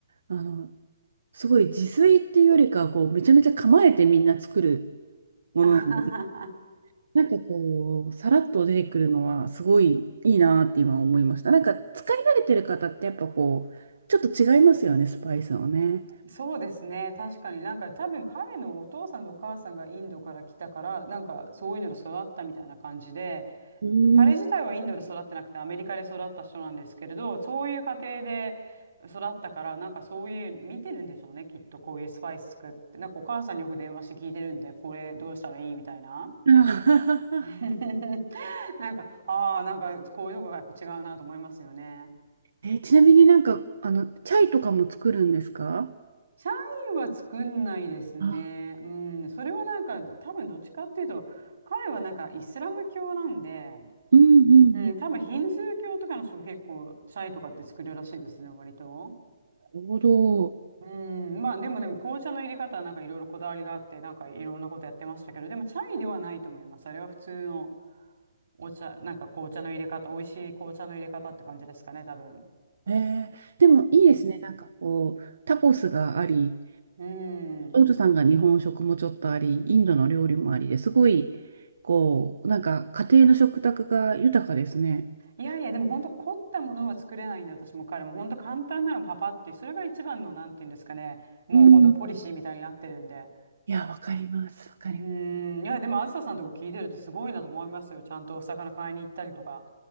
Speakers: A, on the right; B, on the right.
A: う、あの、すごい自炊っていうよりかは、こう、めちゃめちゃ構えてみんな作るものなので、
B: あははは
A: なんかこう、さらっと出てくるのは、すごいいいなって今思いました。なんか、使い慣れてる方ってやっぱこう、ちょっと違いますよね、スパイスをね。
B: そうですね。確かになんか多分彼のお父さんとお母さんがインドから来たから、なんかそういうので育ったみたいな感じで、
A: うん。
B: 彼自体はインドで育ってなくてアメリカで育った人なんですけれど、そういう家庭で育ったから、なんかそういう見てるんでしょうね、きっとこういうスパイス作って。なんかお母さんによく電話して聞いてるんで、これどうしたらいいみたいな。
A: <laughs>
B: <laughs> なんか、ああ、なんかこういうとこがやっぱ違うなと思いますよね。
A: えーちなみになんか、あの、チャイとかも作るんですか
B: 社員は作んないですね。
A: あ、
B: うん、それはなんか、多分どっちかっていうと、彼はなんかイスラム教なんで、
A: うんうんうん。
B: うん、多分ヒンズー教とかの人が結構、チャイとかって作るらしいですね、割と。
A: なるほど。
B: うん、まあでもでも紅茶の入れ方はなんかいろいろこだわりがあって、なんかいろんなことやってましたけど、でもチャイではないと思います。あれは普通のお茶、なんか紅茶の入れ方、美味しい紅茶の入れ方って感じですかね、多分。
A: えーでもいいですね。
B: うん。
A: なんかこう、タコスがあり、
B: うん
A: オートさんが日本食もちょっとあり、インドの料理もありですごい、こう、なんか家庭の食卓が豊かですね。
B: いやいや、でも本当凝ったものは作れないんで、私も彼も本当簡単なのパパってそれが一番の、なんていうんですかね、もう本当ポリシーみたいになってるんで。
A: うん。いや、わかります。わかります。
B: うーん、いや、でもあずささんとか聞いてるとすごいなと思いますよ。ちゃんとお魚買いに行ったりとか。